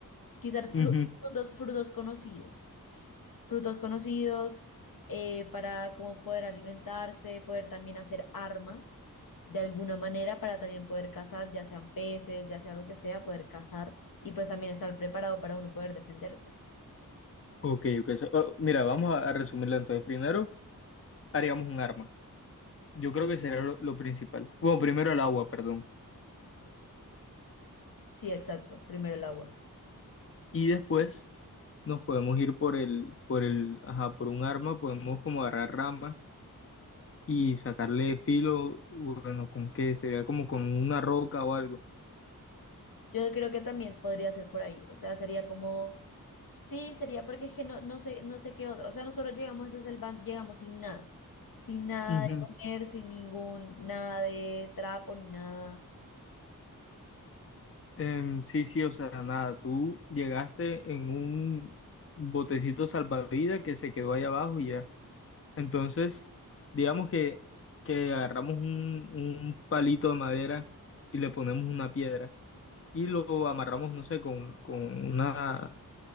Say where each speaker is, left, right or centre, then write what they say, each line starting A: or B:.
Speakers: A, on the left; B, on the left.
A: Quizás
B: Ujú.
A: fru- frutos, frutos conocidos. Frutos conocidos eh, para como poder alimentarse, poder también hacer armas de alguna manera para también poder cazar, ya sean peces, ya sea lo que sea, poder cazar y pues también estar preparado para uno poder defenderse.
B: Ok, ok. so- oh, mira, vamos a, a resumirlo entonces. Primero, haríamos un arma. Yo creo que sería lo, lo principal. Bueno, primero el agua, perdón.
A: Sí, exacto. Primero el agua.
B: Y después nos podemos ir por el, por el, ajá, por un arma, podemos como agarrar ramas y sacarle filo, bueno, ¿con qué? Sería como con una roca o algo.
A: Yo creo que también podría ser por ahí. O sea, sería como Sí, sería porque es que no, no sé, no sé qué otro. O sea, nosotros llegamos a esa selva, llegamos sin nada. Sin nada
B: Ujú.
A: de comer, sin ningún, nada de trapo, ni nada.
B: Em, sí, sí, o sea, nada, tú llegaste en un botecito salvavidas que se quedó ahí abajo y ya. Entonces, digamos que, que agarramos un, un palito de madera y le ponemos una piedra y lo amarramos, no sé, con, con una,